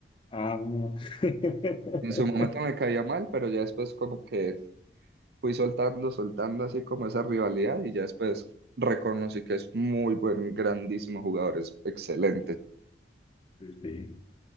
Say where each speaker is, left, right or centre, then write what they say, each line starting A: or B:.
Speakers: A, on the left; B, on the right.
A: Ah, <laughs>
B: En su momento me caía mal, pero ya después como que fui soltando, soltando así como esa rivalidad y ya después reconocí que es muy buen, grandísimo jugador, es excelente.
A: Sí, sí.